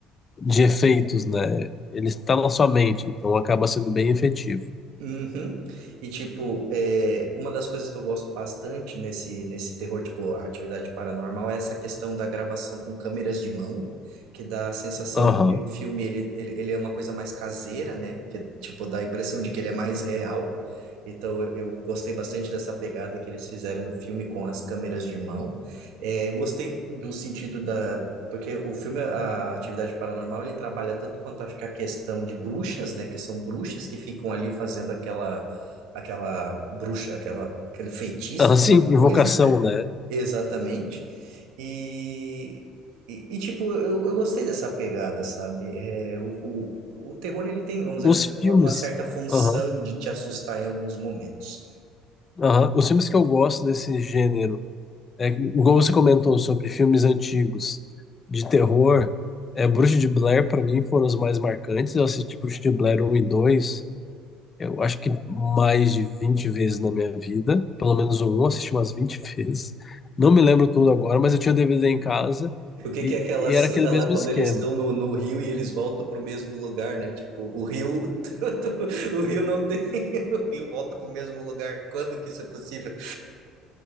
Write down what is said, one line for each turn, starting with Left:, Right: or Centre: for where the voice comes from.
Left: de efeitos, né? Ele está na sua mente, então acaba sendo bem efetivo.
Right: Uhum. E tipo, é, uma das coisas que eu gosto bastante nesse, nesse terror, tipo, a atividade paranormal, é essa questão da gravação com câmeras de mão, que dá a sensação
Left: Aham.
Right: de que o filme ele, ele, ele é uma coisa mais caseira, né? Que tipo, dá a impressão de que ele é mais real. Então, eu eu gostei bastante dessa pegada que eles fizeram no filme com as câmeras de mão. É, eu gostei do sentido Porque o filme, a Atividade Paranormal, ele trabalha tanto quanto acho que a questão de bruxas, né? Que são bruxas que ficam ali fazendo aquela, aquela bruxa, aquela, aquele feitiço,
Left: Ah,
Right: aquela
Left: sim,
Right: coisa,
Left: invocação,
Right: né?
Left: né?
Right: Exatamente. E, e, e, tipo, eu, eu gostei dessa pegada, sabe? É, o, o, o terror, ele tem, vamos dizer
Left: Os
Right: assim,
Left: filmes,
Right: uma certa função
Left: aham,
Right: de te assustar em alguns momentos.
Left: aham. Os filmes que eu gosto desse gênero, é, que- igual você comentou sobre filmes antigos de terror, é, Bruxa de Blair para mim foram os mais marcantes. Eu assisti Bruxa de Blair um e 2, eu acho que mais de 20 vezes na minha vida, pelo menos o 1 eu assisti umas 20 <laughs> vezes. Não me lembro tudo agora, mas eu tinha o DVD em casa
Right: O que
Left: e,
Right: que é aquela
Left: e
Right: cena
Left: era aquele mesmo
Right: lá quando
Left: esquema.
Right: eles estão no, no rio e eles voltam para o mesmo lugar, né? Tipo, o rio, <laughs> o rio não tem, <laughs> o rio volta para o mesmo lugar. Quando que isso é possível?